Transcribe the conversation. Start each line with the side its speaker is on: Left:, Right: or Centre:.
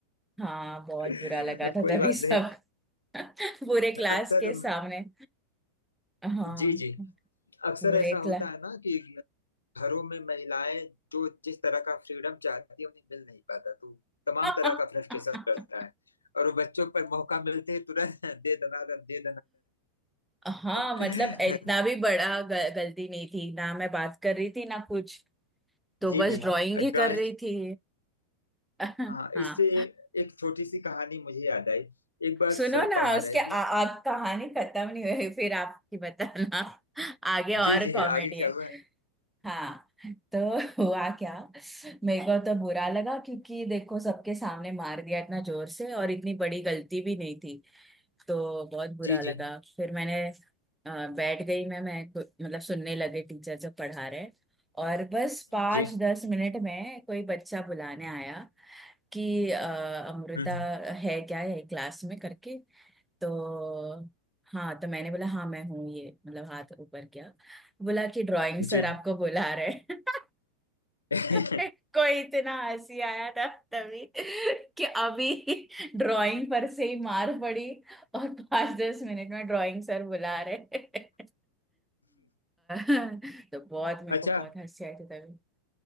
Centre: हाँ बहुत
Left: कोई
Centre: बुरा लगा था तभी
Left: बात
Centre: सब
Left: नहीं
Centre: <laughs> पूरे क्लास
Left: अक्सर
Centre: के सामने हाँ
Left: जी जी अक्सर
Centre: पूरे
Left: ऐसा
Centre: क्लास
Left: होता है ना कि घरों में महिलाएं जो जिस तरह का फ्रीडम चाहती है उन्हें मिल नहीं पाता तो तमाम
Centre: <laughs>
Left: तरह का फ्रस्ट्रेशन रहता है और वो बच्चों पर मौका मिलते ही तुरंत <laughs> दे दनादन दे
Centre: हाँ
Left: दनादन
Centre: मतलब इतना भी
Left: <laughs>
Centre: बड़ा ग- गलती नहीं थी ना मैं बात कर रही थी ना कुछ तो
Left: जी
Centre: बस
Left: जी
Centre: वाह ड्राइंग
Left: ड्राइंग
Centre: ही कर रही थी <laughs>
Left: हाँ
Centre: हाँ
Left: इससे एक छोटी सी कहानी मुझे याद आई एक बार
Centre: सुनो
Left: सर
Centre: ना
Left: पढ़ा
Centre: उसके
Left: रहे
Centre: आ,
Left: थे
Centre: आप कहानी खत्म नहीं हुई फिर आपकी बताना <laughs> आगे और
Left: जी जी
Centre: कॉमेडी
Left: आगे क्या
Centre: है
Left: हुआ है?
Centre: हाँ तो <laughs> हुआ क्या मेरे को तो बुरा लगा क्योंकि देखो सबके सामने मार दिया इतना जोर से और इतनी बड़ी गलती भी नहीं थी तो बहुत बुरा
Left: जी
Centre: लगा
Left: जी
Centre: फिर मैंने अ, बैठ गई मैं मैं कु- मतलब सुनने लगे टीचर जब पढ़ा रहे और बस पाँच
Left: जी
Centre: दस मिनट में कोई बच्चा बुलाने आया कि अ, अमृता
Left: हम्म, हम्म,
Centre: है क्या है क्लास में करके तो हाँ तो मैंने बोला हाँ मैं हूँ ये मतलब हाथ ऊपर किया बोला कि ड्राइंग सर
Left: जी
Centre: आपको बुला रहे हैं <laughs>
Left: जी
Centre: <laughs>
Left: <laughs>
Centre: कोई इतना हंसी आया था तभी कि अभी ड्राइंग पर से ही मार पड़ी और पांच दस मिनट में ड्राइंग सर बुला रहे <laughs> तो बहुत मेरे
Left: अच्छा
Centre: को बहुत हंसी आई थी तभी